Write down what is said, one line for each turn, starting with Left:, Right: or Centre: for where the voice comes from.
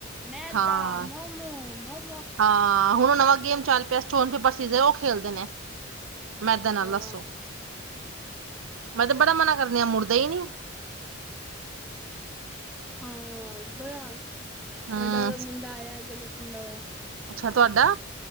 Centre: ਮੈਦਾ
Right: ਹਾਂ
Centre: ਮੋਮੋ ਮੋਮੋ
Right: ਹਾਂ ਹੁਣ ਨਵਾਂ ਗੇਮ ਚੱਲ ਪਿਆ ਸਟੋਨ ਪੇਪਰ ਸੀਜ਼ਰ ਉਹ ਖੇਡਦੇ ਨੇ ਮੈਦੇ ਨਾਲ
Centre: ਹਾਂ
Right: ਦੱਸੋ ਮੈਂ ਤੇ ਬੜਾ ਮਨਾ ਕਰ ਆ ਮੁੜਦਾ ਈ ਨਹੀਂੀ
Centre: ਹਾਂ ਬਲਾ
Right: ਹੂੰ
Centre: ਵੱਡਾ ਵਡਾ ਮੁੰਡਾ ਆਇਆ ਅ ਬਸ <unintelligible>
Right: ਅੱਛਾ ਤੁਹਾਡਾ